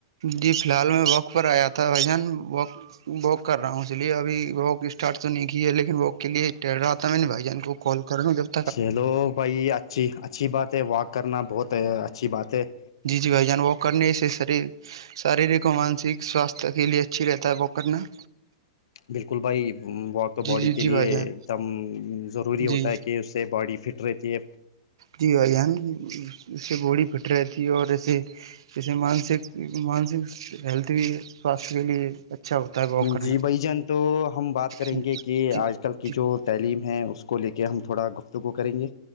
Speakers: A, on the right (about 65°); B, on the left (about 80°).
A: جی فی الحال میں واک پر آیا تھا بھ جان واک- واک کر رہا ہوں اس لیے ابھی واک اسٹارٹ تو نہیں کی ہے لیکن واک کے لیے ٹہر رہا تھا میں نے بھائی جان کو- کال کریں گ
B: چلو بھائی اچھی اچھی بات ہے واک کرنا بہت اچھی بات ہے-
A: جی- جی بھائی جان و کرنے سے سر- شاریرک اور مانسک سواستھ کے لیے اچھی رہتا ہے پکنا-
B: بالکل بھائی, واک تو باڈی
A: جی
B: کے
A: جی
B: لیے
A: بھائی جان
B: ایک دم ضروری
A: جی
B: ہوتا ہے کہ اس سے باڈی فٹ- ٹ رتی
A: جی اان اسے بڑی پٹ رہی تھی اور ایے- اسس سے مانسک مانسک ہیلتھ بھی سواستھ کے لیے اچھا ہوتا ہے واک کرنا
B: جی بھائی جان تو ہم بات کریں
A: جی
B: گے کہ آج آ کل کی
A: جی
B: جو تعلیم ہے اس کو لے کے ہم تھوڑا گفتگو کریں گے